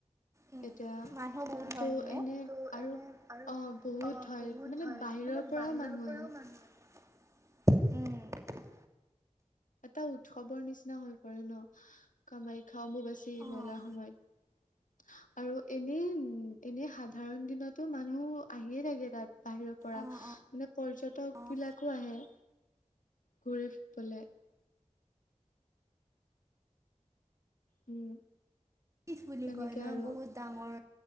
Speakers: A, on the right (about 25°); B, on the left (about 90°).
A: উম,
B: এতিয়া
A: মানুহ বহুত হয়
B: ত'
A: বোলে
B: এনে
A: তহ
B: আৰু
A: এনে আৰু
B: অ বহুত
A: অহ
B: হয়
A: বহুত
B: মানে
A: হয়
B: বাহিৰৰ
A: মানে
B: পৰাও
A: বাহিৰৰ
B: মানুহ
A: পৰাও
B: আহে
A: মানুহ উম
B: এটা উৎসৱৰ নিচিনা হৈ পৰে নহ কামাখ্যা অম্বুবাচী
A: অ',
B: মেলাৰ সময়ত আৰু এনেই এনে সাধাৰণ দিনতো মানুহ আহিয়ে থাকে তাতঁ বাহিৰৰ পৰা
A: অ',
B: মানে
A: অ',
B: পৰ্যটক
A: অ',
B: বিলাকো আহে ঘুৰিবলৈ। উম।
A: পঠ বুলি
B: তেনেকে
A: কয় ন
B: আৰু
A: বহুত ডাঙৰ